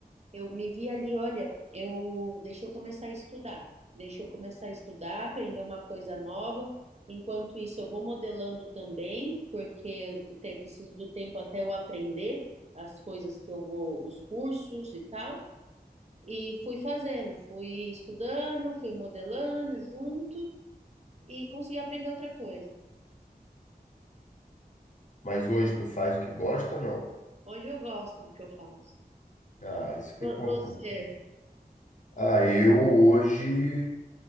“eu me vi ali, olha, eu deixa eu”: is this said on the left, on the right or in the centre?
Right